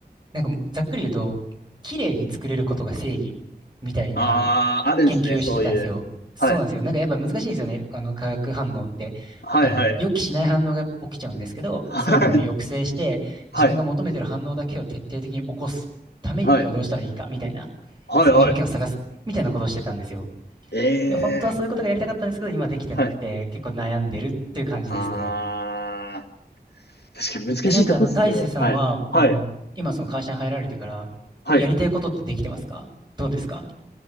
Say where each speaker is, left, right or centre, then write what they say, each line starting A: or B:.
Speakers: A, on the right; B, on the left.
A: なんかざっくり言うと、綺麗に作れることが正義みたいな
B: ああ、あるんですね、
A: 研究をしてたんですよ。
B: そういう。
A: そうなんですよ。
B: はい。
A: なんかやっぱ難しいんですよね。あの化学反応って。
B: はいはい。
A: あの、予期しない反応がやっぱ起きちゃうんですけど、
B: はい。
A: そういうのを抑制して、
B: はい。
A: 自分が求めてる反応だけを徹底的に起こすためにはどうしたらいいか、
B: はい。
A: みたいな、
B: はいはい。
A: そういう条件を探す、みたいなことをしてたんですよ。
B: ええ
A: で、本当はそういうことがやりたかったんですけど、今できてなくて、
B: はい。
A: 結構悩んでるっていう感じですね。
B: ああ、確かに難しいとこっすね。
A: え、なんかあの、大勢さんは、
B: はい。はい。
A: あの、今その会社に入られてから、
B: はい。
A: やりたいことってできてますかどうですか